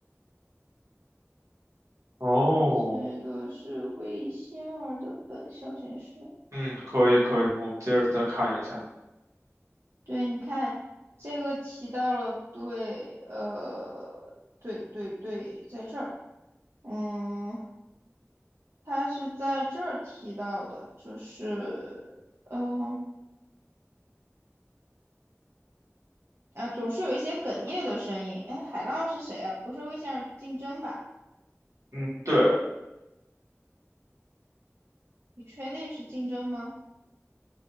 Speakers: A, on the right; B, on the right.
A: 哦，
B: 是的是魏仙儿的本消遣室。
A: 嗯，可以可以，我们接着再看一下。
B: 对，你看这个提到了，对，呃，对对对，在这儿，嗯，他是在这儿提到的，就是，嗯、啊，总是有一些哽咽的声音。哎，海浪是谁啊？不是魏仙儿竞争吧？
A: 嗯，对，
B: 你确定是竞争吗？